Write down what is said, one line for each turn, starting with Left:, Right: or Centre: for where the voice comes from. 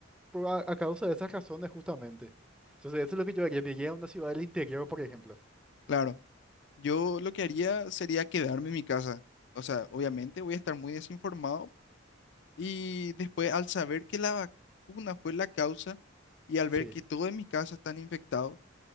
Centre: por a, a causa de esas razones justamente. Entonces eso es lo que yo haría, me iría a una ciudad del interior, por ejemplo.
Left: Claro, yo lo que haría sería quedarme en mi casa. O sea, obviamente voy a estar muy desinformado y después al saber que la vacuna fue la causa y al
Centre: Sí,
Left: ver que todos en mi casa están infectados,